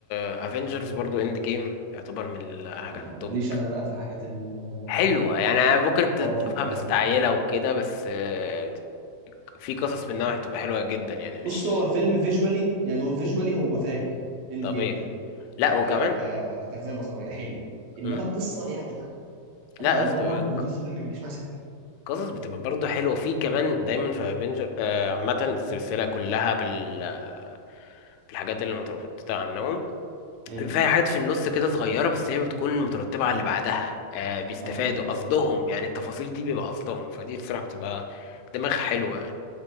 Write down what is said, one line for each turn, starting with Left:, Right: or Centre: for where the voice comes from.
Left: أفينجرز برضو إند جيم يعتبر من الحاجات
Right: اه
Left: التوب
Right: ماليش انا بقى في الحاجات ال-
Left: حلوة
Right: ال-
Left: يعني ممكن انت
Right: مارفل
Left: تشوفها
Right: بقى
Left: مستعجلة
Right: والكلام
Left: وكده بس آه، في قصص منها هتبقى حلوة جدا يعني مش
Right: بص هو فيلم فيجوالي يعني هو فيجوالي هو فاجر اند
Left: طبيعي
Right: جيم ده
Left: لا
Right: ك
Left: وكمان
Right: ك كتغذيه بصريه حلو انما
Left: مم.
Right: القصه يا جدعان
Left: لا
Right: انا
Left: يا اسطى
Right: جو مارفل ودي سي ده ما بيجيش مع سكه
Left: قصص بتبقى برضه حلوة في كمان دايما في افنجر عامة السلسلة كلها بال آه، بالحاجات اللي مترتبة عنهم
Right: امم
Left: فيها حاجات في النص كده صغيرة بس هي بتكون مترتبة على اللي بعدها آه، بيستفادوا
Right: اه اه
Left: قصدهم يعني التفاصيل دي بيبقى قصدهم فدي بصراحة بتبقى دماغ حلوة